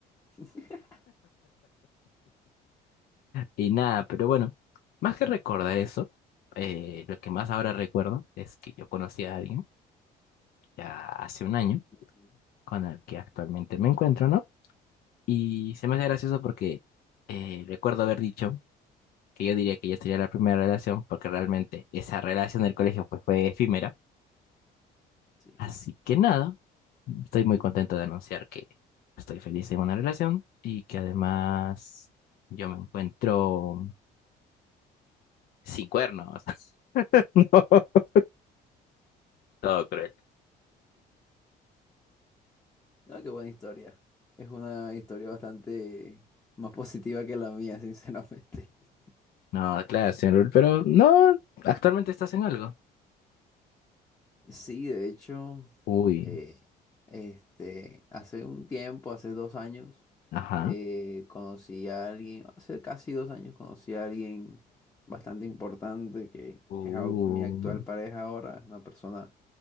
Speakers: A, on the left; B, on the left.
A: <laughs>
B: Y nada, pero bueno, más que recordar eso, eh, lo que más ahora recuerdo es que yo conocí a alguien ya hace un año
A: Ujú.
B: con el que actualmente me encuentro, ¿no? Y se me hace gracioso porque eh, recuerdo haber dicho que yo diría que ya sería la primera relación, porque realmente esa relación del colegio pues, fue efímera.
A: Sí.
B: Así que nada, estoy muy contento de anunciar que estoy feliz en una relación y que además yo me encuentro sin cuernos. <laughs> No, Todo cruel.
A: No, qué buena historia. Es una historia bastante más positiva que la mía, sinceramente. <laughs>
B: No, claro, señor, Rul, pero no, actualmente estás en algo.
A: Sí, de hecho.
B: Uy,
A: Eh, este, hace un tiempo, hace dos años,
B: ajá.
A: eh, conocí a alguien, hace casi dos años conocí a alguien bastante importante que
B: Uh,
A: es au- mi actual pareja ahora, es una persona